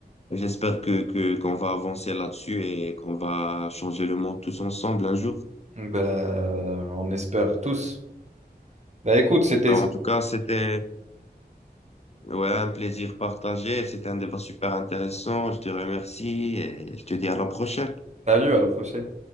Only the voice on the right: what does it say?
ben, on espère tous. Ben, écoute, c'était...
Salut, à la prochaine.